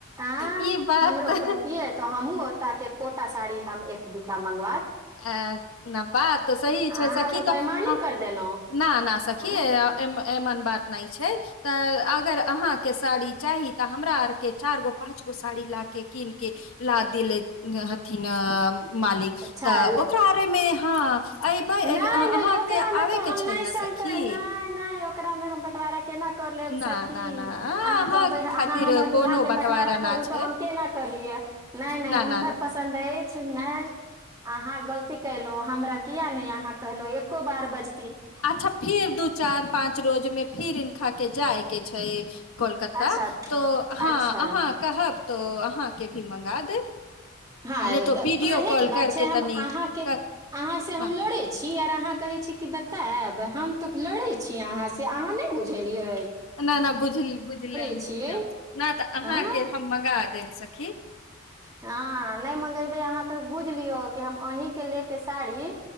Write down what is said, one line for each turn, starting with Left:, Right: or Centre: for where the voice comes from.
Right: आंय
Left: ई बात
Right: हमरो
Left: तऽ
Right: कहतियै तऽ हमहुँ ओतऽ के कोटा साड़ी हम एक दू टा मंग
Left: अ बात तऽ सही छै
Right: अहाँ
Left: सखी तऽ
Right: बेईमानी
Left: हम
Right: कर देलहुँ
Left: न न सखी
Right: हँ
Left: एमे एमन बात नहि छै तऽ अगर अहाँके साड़ी चाही तऽ हमरा आरके चारि गो पाँच गो साड़ी लाके किनके ला देले हथिन मालिक
Right: अच्छा
Left: तऽ ओकरा आरे मे हँ अयबै
Right: नहि
Left: अहाँके
Right: नहि ओकरामे
Left: आबेके
Right: तऽ हम
Left: छै
Right: नहि
Left: ने
Right: सक
Left: सखी
Right: नहि नहि ओकरामे हम बँटवारा केना करि लेब
Left: ना
Right: सखी
Left: ना ना ना
Right: अहाँ कहबै अहाँ
Left: खातिर
Right: हमर
Left: कोनो
Right: दुल्हामे बँटवारा करू
Left: ना छै
Right: तऽ हम केना कर लियै नहि नहि
Left: ना
Right: हुनकर
Left: ना ना
Right: पसन्द अछि नहि अहाँ गलती कयलहुँं अहाँ हमरा किया नहि अहाँ कहलो एको बार बज
Left: अच्छा फिर दू चार पाँच रोजमे फिर इ खा के जाय के छै कोलकत्ता
Right: अच्छा
Left: तो हँ
Right: अच्छा
Left: अहाँ कहब तो अहाँके भी मंगा देब
Right: हँ
Left: आ नहि तो वीडियो
Right: कहेके
Left: कॉल
Right: बात
Left: करके
Right: छै हम
Left: तनी
Right: अहाँके
Left: कर
Right: अहाँ से हम
Left: हँ
Right: लड़े छी आर अहाँ कहै छी कि बतैब हम तऽ लड़े छी अहाँ से अहाँ नै बुझलिये
Left: नहि नहि बुझ बुझलेम
Right: छियै
Left: बुझलेम नहि तऽ अहाँके
Right: आँय
Left: हम मंगा देब सखि की
Right: हँ नहि मंगेबै अहाँ तऽ बुझ लियौ कि हम अहींके लेके साड़ी